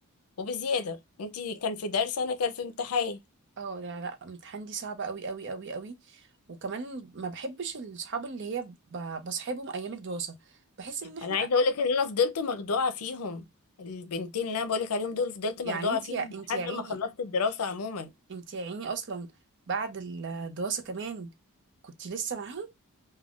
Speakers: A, on the left (about 80°); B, on the right (about 55°).
A: وبزياده انت كان في درس انا كان في امتحان
B: اه لا لا امتحان دي صعبة قوي قوي قوي قوي وكمان ما بحبش الصحاب اللي هي ب- بصحابهم ايام الدراسة بحس ان احنا
A: انا عايزه اقول لك ان انا فضلت مخدوعه فيهم البنتين اللي انا بقول لك عليهم دول فضلت مخدوعه
B: يعني انت
A: فيهم
B: يا انت
A: لحد
B: يا عيني
A: ما خلصت الدراسه عموما
B: انت يا عيني اصلا بعد الدراسة كمان كنت لسه معاهم